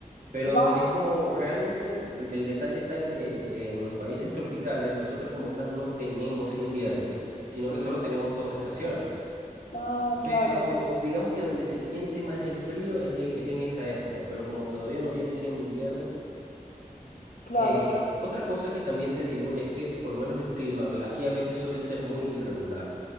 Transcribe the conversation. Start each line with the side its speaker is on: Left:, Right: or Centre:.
Right: Pero
Left: Vale.
Right: es como realmente l- el detalle está en que en los países tropicales nosotros como tal no tenemos invierno, sino
Left: ujú.
Right: que solo tenemos dos estaciones.
Left: Ah,
Right: Pero
Left: claro,
Right: digamos que donde se siente más el frío es en, es en esa época, pero como todavía no viene siendo invierno.
Left: claro,
Right: eh,
Left: claro.
Right: otra cosa que también te digo es que por lo menos el clima ve- aquí a veces suele ser muy irregular.